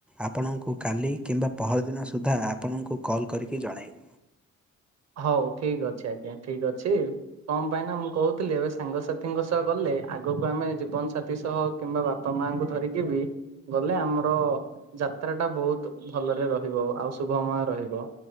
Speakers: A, in the centre; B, on the right (about 60°).
A: ଆପଣଙ୍କୁ କାଲି କିମ୍ବା ପହରଦିନ ସୁଦ୍ଧା ଆପଣଙ୍କୁ କଲ୍ କରିକି ଜଣାଇବି।
B: ହଉ ଠିକ ଅଛି ଆଜ୍ଞା ଠିକ ଅଛି। କଣ ପାଇଁ ନା ମୁଁ କହୁଥିଲି ଏବେ ସାଙ୍ଗସାଥିଙ୍କ ସହ ଗଲେ ଆଗକୁ ଆମେ ଜୀବନ ସାଥୀ ସହ କିମ୍ବା ବାପା ମାଙ୍କୁ ଧରିକି ବି ଗଲେ ଆମର ଯାତ୍ରା ଟା ବହୁତ ଭଲରେ ରହିବ ଆଉ ଶୁଭମୟ ରହିବ।